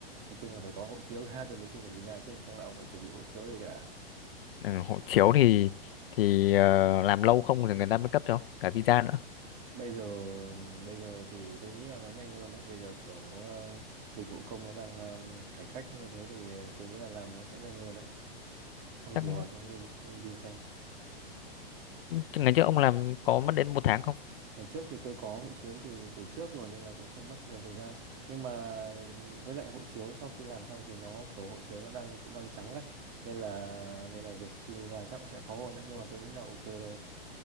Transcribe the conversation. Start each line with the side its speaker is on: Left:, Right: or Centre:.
Right: nói chung là phải có hộ chiếu cái đã rồi mới xin được visa chứ chắc là ông phải chuẩn bị hộ chiếu đi cả
Left: ừ, hộ chiếu thì thì ờ, làm lâu không thì người ta mới cấp cho cả visa nữa
Right: bây giờ bây giờ thì tôi nghĩ là nó nhanh hơn đấy bây giờ kiểu ờ, dịch vụ công nó đang ờ, cải cách như thế thì ờ, tôi nghĩ là làm nó sẽ nhanh hơn đấy ông
Left: chắc
Right: thử hỏi thông tin thông tin xem
Left: chắc ngày trước ông làm có mất đến một tháng không
Right: ngày trước thì tôi có hộ chiếu từ từ trước rồi nên là cũng không mất nhiều thời gian nhưng mà với lại hộ chiếu sau khi làm xong thì nó kiểu hộ chiếu nó đang cũng đang trắng ấy nên là nên là việc xin visa chắc cũng sẽ khó hơn đấy nhưng mà tôi nghĩ là ok thôi